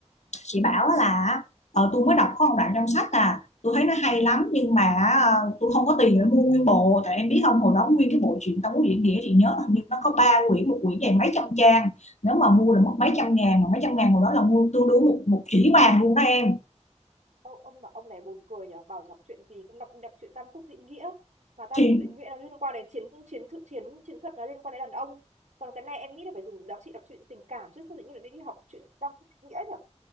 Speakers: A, on the left; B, on the right.
A: chị bảo là ờ, tôi mới đọc có một đoạn trong sách à tôi thấy nó hay lắm nhưng mà ờ, tôi không có tiền để mua nguyên bộ tại em biết không hồi đó nguyên cái bộ truyện Tống Nguyễn Nghĩa chị nhớ hình như nó có ba quyển một quyển dày mấy trăm trang nếu mà mua là mất mấy trăm ngàn mà mấy trăm ngàn hồi đó là mua tương đương một một chỉ vàng luôn đó em
B: ông, ông mà ông này buồn cười nhở, bảo đọc chuyện gì cũng đọc đọc chuyện Tam Quốc Diễn Nghĩa, mà Tam
A: thì
B: Quốc Diễn Nghĩa là liên quan đến chiến chiến thuật chiến chiến thuật là liên quan đến đàn ông, còn cái này em nghĩ là phải dùng đọc chị đọc chuyện tình cảm chứ sao tự nhiên lại đi đi học chuyện Tam Quốc Diễn Nghĩa nhở?